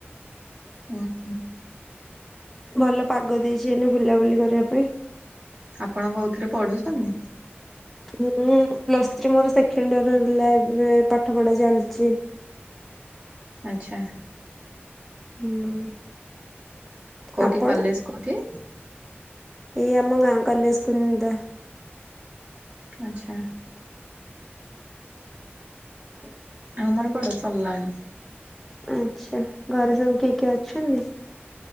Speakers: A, on the right (about 30°); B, in the centre.
A: ହୁଁ ହୁଁ।
B: ଭଲ ପାଗ ଦେଇଛି ଏଇନେ ବୁଲାବୁଲି କରିବା ପାଇଁ।
A: ଆପଣ କୋଉଥିରେ ପଢୁସୁନି।
B: ମୁଁ ପ୍ଲସ୍ ଥ୍ରୀ ମୋର ସେଖେଣ୍ଡ ଇଅର୍ ହେଲା, ଏବେ ପାଠ ପଢା ଚାଲଚି।
A: ଆଚ୍ଛା।
B: ହୁଁ
A: କୋଉଠି
B: ଆପଣ?
A: କଲେଜ୍ କୋଉଠି?
B: ଏଇ ଆମ ଗାଁ କଲେଜ୍ କୁନ୍ଦା।
A: ଆଚ୍ଛା।
B: <inaudible>
A: ଆମର ପଢା ସଲ୍ଲାଣି।
B: ଆଚ୍ଛା ଘରେ ସବୁ କିଏ କିଏ ଅଛନ୍ତି?